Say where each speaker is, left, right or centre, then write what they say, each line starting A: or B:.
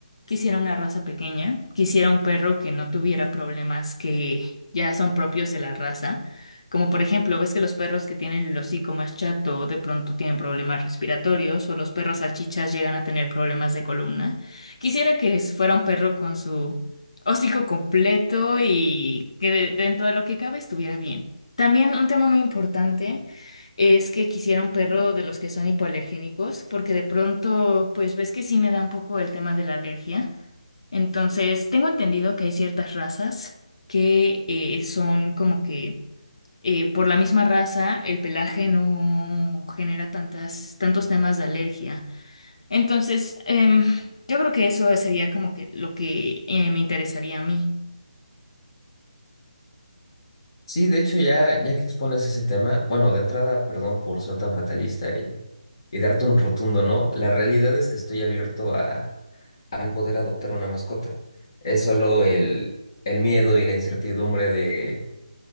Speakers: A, on the left (about 50°); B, on the left (about 35°).
A: quisiera una raza pequeña, quisiera un perro que no tuviera problemas que ya son propios de la raza. Como por ejemplo, ves que los perros que tienen el hocico más chato de pronto tienen problemas respiratorios o los perros salchichas llegan a tener problemas de columna. Quisiera que es- fuera un perro con su hocico completo y que de- dentro de lo que cabe estuviera bien. También un tema muy importante es que quisiera un perro de los que son hipoalergénicos porque de pronto, pues ves que sí me da un poco el tema de la alergia. Entonces, tengo entendido que hay ciertas razas que eh, son como que eh, por la misma raza, el pelaje no genera tantas, tantos temas de alergia. Entonces, em, yo creo que eso sería como que lo que eh, me interesaría a mí.
B: Sí, de hecho, ya, ya que expones ese tema, bueno, de entrada, perdón por ser tan fatalista y, y darte un rotundo no, la realidad es que estoy abierto a al poder adoptar una mascota. Es solo el, el miedo y la incertidumbre de